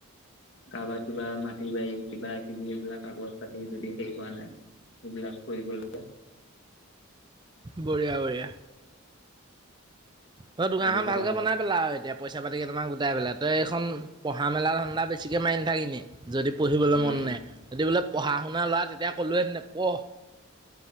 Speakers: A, on the left (about 55°); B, on the right (about 20°).
A: কাৰোবাৰ কিবা মাটি-বাৰী কিবা-কিবি সেইবিলাক কাগজ-পাতি যদি হেই হোৱা নাই সেইবিলাক কৰিবলে
B: বঢ়িয়া বঢ়িয়া। তই দোকাখন
A: কালি খতম
B: ভালকে
A: হৈ
B: বনাই পেলা আউ এতিয়া, পইচা পাতি কেইটামান গোটাই পেলাই, তই এইখন পঢ়া মেলা ধাণ্ডা বেছিকে মাৰি নাথাক এনে। যদি পঢ়িবলৈ
A: উম
B: মন নাই। যদি বোলে পঢ়া শুনা ল'ৰা তেতিয়া কলোৱে <unintelligible> পহ।